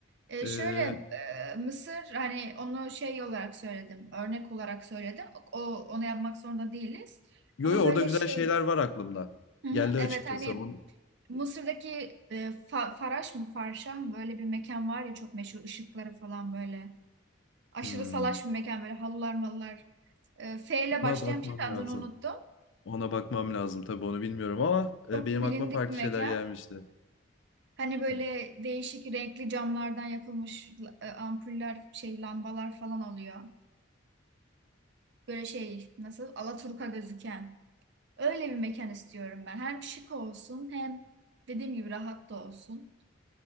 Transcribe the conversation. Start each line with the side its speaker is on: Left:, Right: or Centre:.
Right: E,
Left: Ee,
Right: şöyle e, Mısır hani onu şey olarak söyledim, örnek olarak söyledim. Ok, O onu yapmak zorunda değiliz.
Left: yo
Right: Ama
Left: yo
Right: böyle
Left: orada güzel
Right: şey,
Left: şeyler var aklımda.
Right: hı hı,
Left: Geldi
Right: evet
Left: açıkçası.
Right: hani
Left: On,
Right: Mısır'daki e, Fa- Faraş mı Farşah mı böyle bir mekan var ya çok meşhur ışıkları falan böyle. Aşırı
Left: Hmm,
Right: salaş bir mekan böyle halılar mallar. E, F ile
Left: ona
Right: başlayan
Left: bakmam
Right: bir şey de
Left: lazım.
Right: adını unuttum.
Left: Ona bakmam lazım tabii onu bilmiyorum ama e,
Right: Çok
Left: benim
Right: bilindik
Left: aklıma farklı
Right: bir mekan.
Left: şeyler gelmişti.
Right: Hani böyle
Left: Hı.
Right: değişik renkli camlardan yapılmış e, ampuller şey lambalar falan oluyor. Böyle şey nasıl Alaturka gözüken. Öyle bir mekan istiyorum ben. Hem şık olsun hem dediğim gibi rahat da olsun.